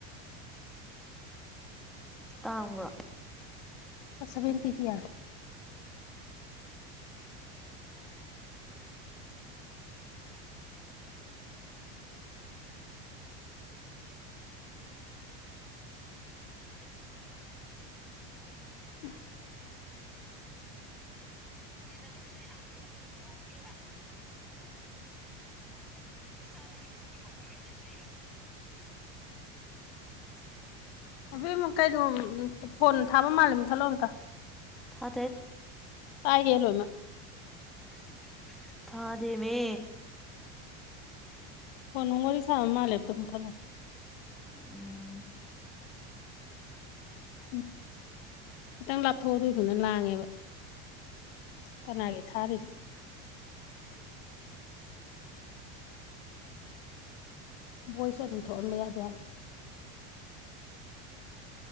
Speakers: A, in the centre; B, on the left (about 70°).
A: ꯇꯥꯡꯕ꯭ꯔꯣ
B: ꯁꯕꯦꯟ ꯄꯤꯖꯤ ꯌꯥ ꯑ
A: ꯗꯪ ꯑꯣꯏꯁꯦ ꯍꯥ ꯍꯧꯗꯦꯕ ꯅꯪ ꯃꯁꯥꯅ ꯌꯨꯝꯁꯤꯒꯤ ꯃꯑꯣꯡꯗꯩꯅ ꯈꯟꯖꯩꯔꯣ
B: ꯍꯧꯕꯤꯛ ꯑꯃꯨꯛ ꯀꯩꯩꯅꯣ ꯐꯣꯟ ꯊꯥꯕ ꯃꯥꯜꯂ ꯃꯨ ꯊꯠꯂꯛꯑꯣ ꯑꯝꯇ
A: ꯊꯗꯣꯏ
B: ꯇꯥꯏꯌꯦ ꯂꯣꯏꯃ
A: ꯎ ꯊꯥꯗ ꯃ
B: ꯍꯣ ꯅꯨꯡ ꯋꯥꯔꯤ ꯁꯥꯕ ꯃꯥꯜꯂꯦꯕꯇꯝ ꯊꯠꯂꯣ
A: ꯎꯝ
B: ꯎꯝ ꯈꯤꯇꯪ ꯂꯥꯞꯊꯣꯛꯑꯗꯣꯏꯈꯅ ꯂꯥꯡꯉꯦꯕ ꯀꯅꯥꯒꯤ ꯊꯥꯔꯤꯅꯣ ꯕꯣꯏꯁ ꯑꯗꯨꯝ ꯊꯣꯛꯍꯟꯕ ꯌꯥꯗꯦ ꯍꯥꯏꯕ